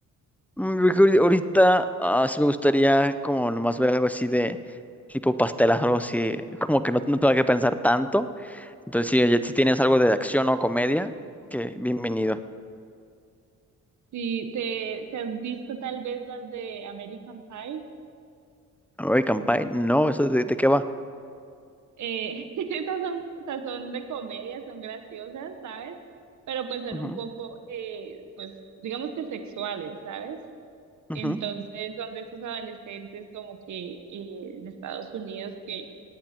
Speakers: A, in the centre; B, on the right.
A: Mm, yo creo que Ahorita ah, sí me gustaría como nomás ver algo así de tipo pastelas, algo así, como que no, no tenga que pensar tanto. Entonces, si, oye, si tienes algo de acción o comedia, que bienvenido.
B: Sí, te, te has visto tal vez las de American Pie.
A: American Pie, no, ¿eso de, de qué va?
B: Eh, <laughs> esas son, o sea, son de comedia, son graciosas, ¿sabes? Pero pues son
A: Ujú,
B: un poco, eh, pues digamos que sexuales, ¿sabes? Entonces
A: ujú,
B: son de estos adolescentes como que eh, en Estados Unidos que